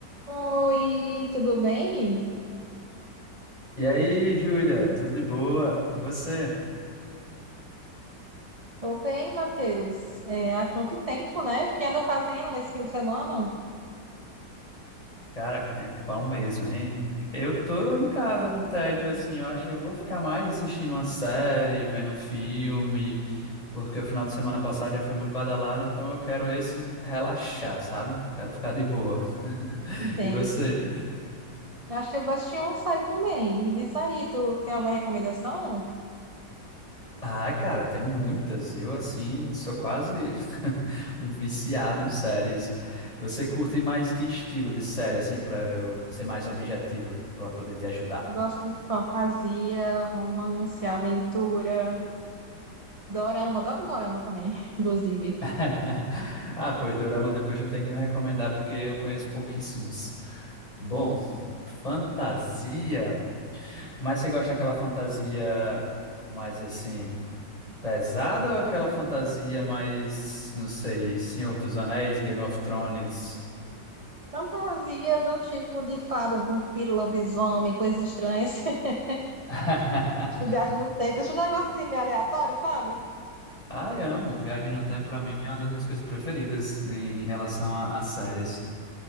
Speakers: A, on the right; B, on the left.
A: Oi, tudo bem?
B: E aí, Júlia, tudo de boa? E você?
A: Tô bem, Matheus. É, há quanto tempo, né? O que anda fazendo nesse fim de semana?
B: Cara, tempão mesmo, hein? Eu tô em casa no tédio, assim, eu acho que eu vou ficar mais assistindo uma série, vendo um filme, porque o final de semana passado já foi muito badalado, então eu quero esse relaxar, sabe? Quero ficar de boa. <laughs>
A: Entendo.
B: E você?
A: Eu acho que eu vou assistir uma série também. Me diz aí, tu tem alguma recomendação?
B: Ah, cara, tenho muitas. Eu, assim, sou quase <laughs> um viciado em séries. Você curte mais que estilo de série, assim, pra eu ser mais objetivo, pra poder te ajudar?
A: Eu gosto de fantasia, romance, aventura, dorama. Adoro um dorama também, <laughs> inclusive.
B: <laughs> Ah, pois Dorama depois eu tenho que me recomendar, porque eu conheço pouquíssimos. Bom, fantasia. Mas você gosta daquela fantasia mais assim, pesada ou aquela fantasia mais, não sei, Senhor dos Anéis, Game of Thrones?
A: Fantasia do tipo de fada, vampiro, lobisomem, coisas estranhas. <laughs>
B: <laughs>
A: Tipo, viagem no tempo. Esses negócios meio aleatórios, sabe?
B: Ai, amo. Viagem no Tempo, pra mim, é uma das minhas coisas preferidas em, em relação a, a séries.